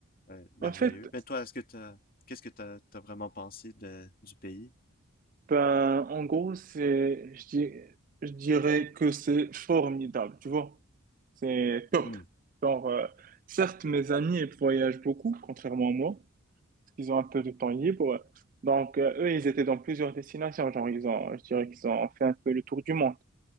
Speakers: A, on the left; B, on the right.
A: euh, merveilleux.
B: En fait,
A: Mais toi, est-ce que t'as, qu'est-ce que t'as, t'as vraiment pensé de, du pays?
B: Ben, en gros, c'est, je di- je dirais que c'est formidable, tu vois. C'est top.
A: Hmm.
B: Genre, euh, certes, mes amis, ils voyagent beaucoup, contrairement à moi, parce qu'ils ont un peu de temps libre. Donc, euh, eux, ils étaient dans plusieurs destinations. Genre, ils ont, je dirais qu'ils ont fait un peu le tour du monde.